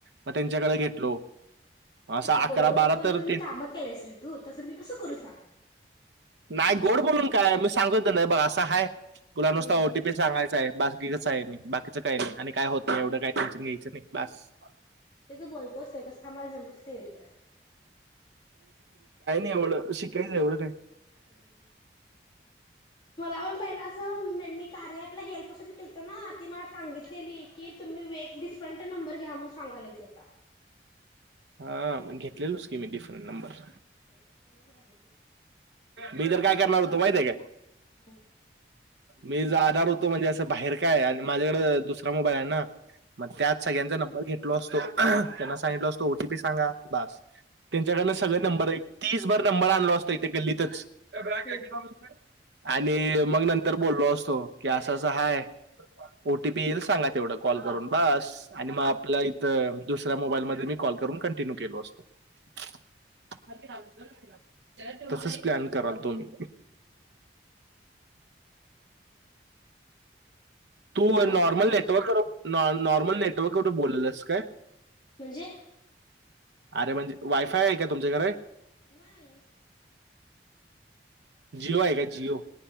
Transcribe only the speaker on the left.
तेच की
गोड गोड
बोलून
कामं केलंयस रे तू तसं मी कसं करू सांग
हं
ते तु बोलतोस ते तसं आम्हाला जमत नाय रे.
<inaudible> मला पण पहिलं असं म मी कार्या- आपल्या हेल्पसाठी केलतं ना ती मला सांगितलेलं की तुम्ही वे एक डिफरंट नंबर घ्या म्हणू सांगायल्या ती आता.
बरबर मगझालं गेलं.
हम्म.
हम्म
हम्म
साडे
म्हणजे
नाही